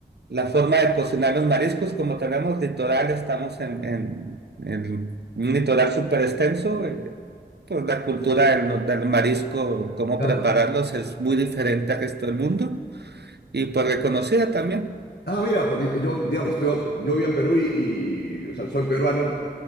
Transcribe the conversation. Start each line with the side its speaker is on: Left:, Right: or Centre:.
Right: La forma de cocinar los mariscos, como tenemos litoral, estamos en, en- en un litoral súper extenso, eh, pues la cultura del, no- del marisco, cómo
Left: claro.
Right: prepararlos es muy diferente al resto del mundo y pues reconocida también.
Left: Ah, mira, porque yo, yo, digamos, estoy, yo vivo en Perú y, y, o sea, soy peruano,